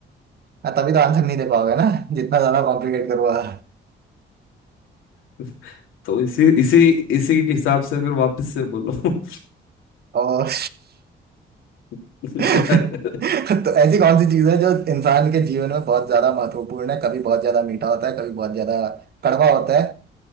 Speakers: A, on the right; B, on the left.
A: तभी तो आंसर नहीं दे पाओगे ना जितना ज्यादा कॉम्प्लिकेट करूंगा
B: <laughs> तो इसी इसी इसी के हिसाब से फिर वापस से बोलो
A: और
B: <laughs>
A: <laughs> तो ऐसी कौन सी चीज है जो इंसान के जीवन में बहुत ज्यादा महत्वपूर्ण है कभी बहुत ज्यादा मीठा होता है कभी बहुत ज्यादा कड़वा होता है